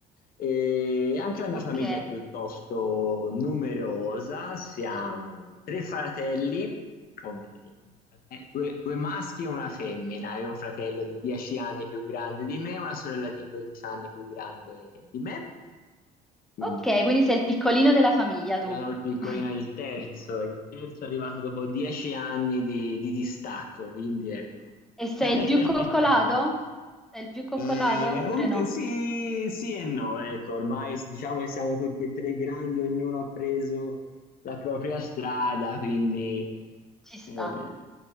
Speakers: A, on the left (about 60°); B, in the centre.
A: e anche la mia
B: Ok.
A: famiglia è piuttosto numerosa. Siamo tre fratelli, o meglio, due, frate- due- due maschi e una femmina. e un fratello di 10 anni più grande di me e una sorella di 12 anni più grande di me. Quindi
B: Ok, quindi sei il piccolino della famiglia tu.
A: io sono il piccolino,
B: <laughs>
A: il terzo, il terzo è arrivato dopo dieci anni di, di distacco, quindi ecco.
B: E sei
A: <laughs>
B: il più coccolato? Sei il più coccolato
A: Ehm,
B: oppure
A: un
B: no?
A: t sì, sì e no, ecco, ormai s diciamo che siamo tutti e 3 grandi, ognuno ha preso la propria strada, quindi,
B: Ci sta,
A: ehm,